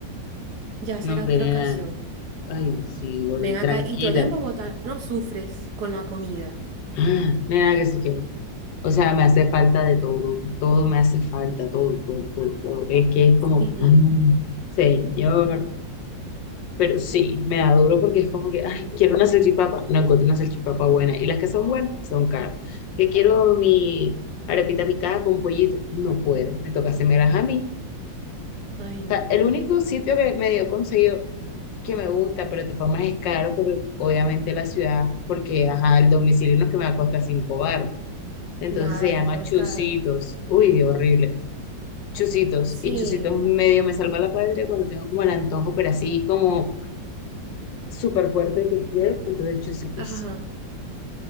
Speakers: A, on the right (about 65°); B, on the left (about 75°).
A: ya
B: No,
A: será
B: hombre,
A: otra
B: nena.
A: ocasión.
B: Ay, sí, gordi,
A: Ven
B: tranquila.
A: acá, y tú allá en Bogotá
B: <gasps>
A: no sufres con la comida.
B: Ah, Nena, que si quiero. O sea, me hace falta de todo. Todo me hace falta, todo, todo, todo, todo. Es que es como,
A: Sí,
B: mm, señor. Pero sí, me da duro porque es como que, ay, quiero una salchipapa. No encuentro una salchipapa buena. Y las que son buenas son caras. Que quiero mi arepita picada con pollito. No puedo. Me toca hacerme a mí.
A: Ay,
B: O
A: no,
B: sea, el único sitio que medio conseguido que me gusta, pero de todas formas es caro, por, obviamente la ciudad, porque ajá, el domicilio no es que me va a costar cinco bar. Entonces
A: nada,
B: se llama
A: ya todo
B: Chusitos.
A: es caro.
B: Uy, horrible. Chusitos.
A: Sí,
B: Y Chusitos medio me salva la patria cuando tengo como el antojo, pero así como súper fuerte que quiero. Entonces Chusitos.
A: ajá,